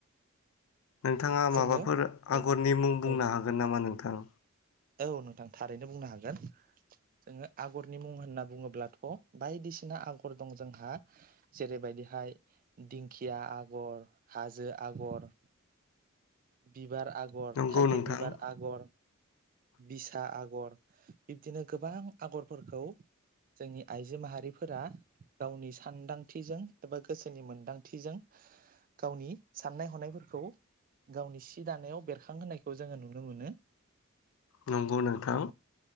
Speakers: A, on the left; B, on the right.
A: नोंथाङा
B: जोङो
A: माबाफोर
B: औ
A: आगरनि मुं बुंनो
B: औ
A: हागोन नामा नोंथां
B: औ नोंथां थारैनो बुंनो हागोन जोङो आगरनि मुं होनना बुङोब्लाथ' बायदिसिना आगर दं जोंहा जेरैबायदिहाय दिंखिया आगर हाजो आगर बि बिबार आगर
A: नंगौ
B: थाइगिर
A: नोंथां
B: बिबार आगर बिसा आगर बिब्दिनो गोबां आगरफोरखौ जोंनि आइजो माहारिफोरा गावनि सानदांथिजों एबा गोसोनि मोनदांथिजों गावनि साननाय हनायफोरखौ गावनि सि दानायाव बेरखां होनायखौ जोङो नुनो मोनो
A: नंगौ नोंथां